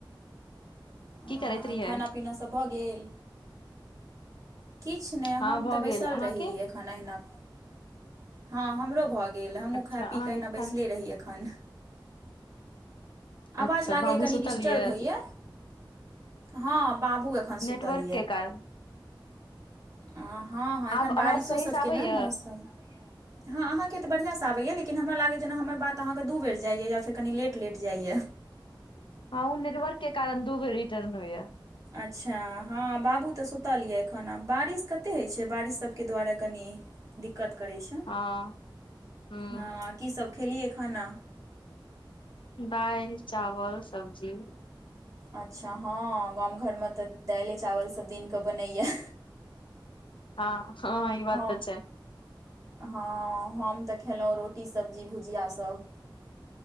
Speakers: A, on the right; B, on the left.
A: आँ
B: की करैत रहियै
A: खाना पीना सब भऽ गेल? किछ नहि
B: हँ
A: हम
B: भऽ
A: तऽ बैसल
B: गेल अहाँके
A: रही ए खन अहिना हँ हमरो भऽ गेल हमहुँ
B: अच्छा
A: खा
B: अहाँके
A: पीक कऽ अहिना
B: एखन
A: बैसले रही एखन। आवाज
B: अच्छा
A: लागैए
B: बाबू
A: कनी
B: सुतल
A: डिस्टर्ब
B: यऽ
A: होइए, हँ बाबू एखन सुतल
B: नेटवर्क के कारण
A: अ हँ-हँ अखन
B: आब आवाज
A: बारिशो
B: सही
A: सबके
B: से आबैय
A: ने मौसम हँ अहाँके तऽ बढ़िआँस आबैया लेकिन हमरा लागैया छै, जे हमर बात अहाँके दू बेर जाइए या फेर कनि लेट लेट जाइए।
B: हँ ओ नेटवर्क के कारण दू बेर रिटर्न होइ या।
A: अच्छा हँ बाबू तऽ सुतल यए एखन आब, बारिश कतेक होइ छै, बारिश सबके दुआरे कनि दिक्कत करै छै,
B: हँ हूँ
A: हँ कीसब खेलियै खाना?
B: दायल, चावल, सब्जी
A: अच्छा हँ गाम घरमे तऽ दायले चावल सब दिनकऽ बनैया।
B: हँ-हँ ई
A: हम
B: बात तऽ छै।
A: हँ हम तऽ खेलहुँ रोटी, सब्जी, भुजियासब।